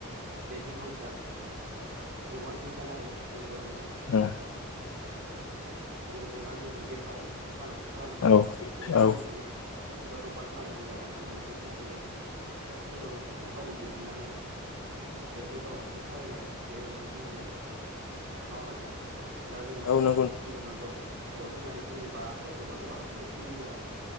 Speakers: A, on the right (about 55°); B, on the left (about 65°).
A: बे बिजनेसा गोबां रोखोम थानो हायो जेरैबायदि
B: उम
A: जेरैबायदि मा बुंगोन जों बेफारि फालांगि खालामनाय
B: औ
A: बे मोनसे
B: औ
A: बिजनेस सोरबा दखान खालामनानै जानाय बे मोनसे बिजनेस सोरबा मोनसे कम्पानि दिहुननानै बेखौ गाव हारसिं सालायनाय बेयाव मोनसे बिजनेस नङा ओमबाबा नोंथां? दा जोङो
B: औ नंगौ
A: गिबियावनो जब जब होननानै बुङोबाथ' जबआ गोबां रोखोमनि दङ